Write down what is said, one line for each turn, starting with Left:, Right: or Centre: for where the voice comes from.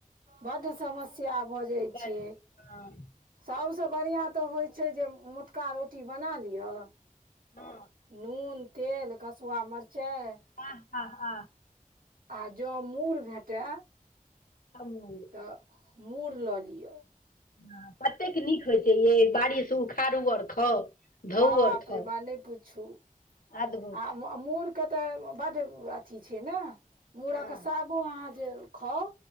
Right: बड़ समस्या भऽ जाइ
Left: बड
Right: छै
Left: हँ
Right: सभसँ बढ़िआ तऽ होइ छै जे मोटका रोटी बना लिआ
Left: हँ
Right: नून तेल कसुआ मिरचाइ।
Left: ह ह
Right: आ जो मूड़ भेटै
Left: ह।
Right: त मूड़ लऽ लियऔ
Left: हँ कतेक नीक होइ छै या बारिश उखाड़ू आर खाउ धोउ
Right: बाप
Left: आओर खाउ
Right: रे वाह नहि पूछू
Left: अद्भुत
Right: आ आ मूरके तऽ बड़ अथी छै ने मूरक
Left: हँ
Right: सागो अहाँ जे खाउ